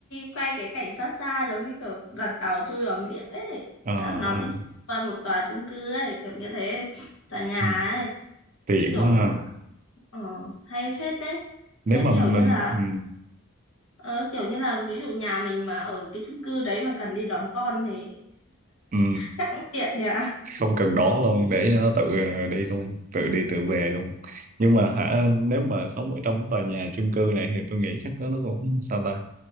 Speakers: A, on the left; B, on the right.
A: quay cái cảnh xa xa giống như kiểu đoàn tàu chui vào miệng ấy
B: Ờ,
A: Thế là nó
B: ờ,
A: đi qua một tòa chung cư ấy kiểu như thế tòa nhà
B: ừ.
A: ấy
B: tiện
A: như kiểu
B: quá ha
A: ờ, hay phết đấy
B: nếu
A: thế
B: mà
A: kiểu
B: mình
A: như là
B: ừ,
A: Ờ, kiểu như là ví dụ nhà mình mà ở cái chung cư đấy mà cần đi đón con thì
B: ừ,
A: chắc cũng tiện nhỉ.
B: không cần đón luôn để cho nó tự ờ, đi luôn tự đi tự về luôn nhưng mà hả nếu mà sống ở trong tòa nhà chung cư này thì tôi nghĩ chắc nó nó cũng sao ta